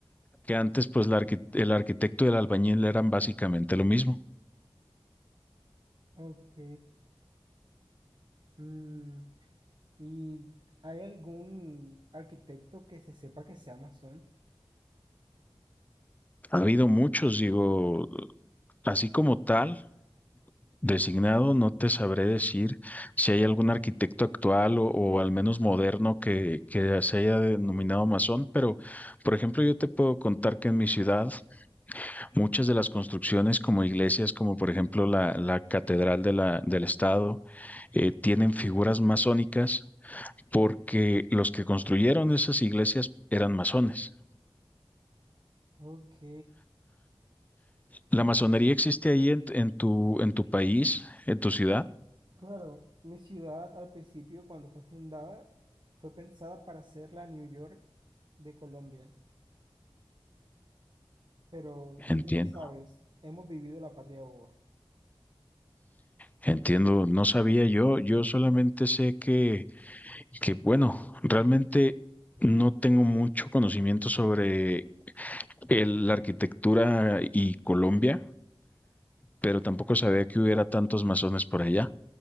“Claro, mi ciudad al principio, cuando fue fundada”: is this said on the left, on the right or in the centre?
Right